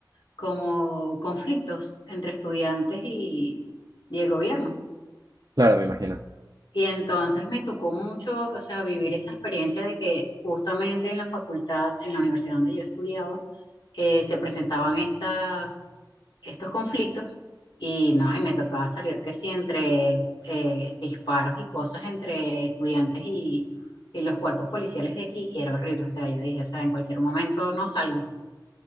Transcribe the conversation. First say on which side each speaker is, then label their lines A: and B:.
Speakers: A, on the left; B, on the right.
A: como conflictos entre estudiantes y, y el gobierno.
B: Claro, me imagino.
A: Y entonces me tocó mucho, o sea, vivir esa experiencia de que justamente en la facultad, en la universidad donde yo estudiaba, eh, se presentaban estas estos conflictos y no, y me tocaba salir que sí entre eh, disparos y cosas entre estudiantes y, y los cuerpos policiales de aquí y era horrible, o sea, yo dije, o sea, en cualquier momento no salgo,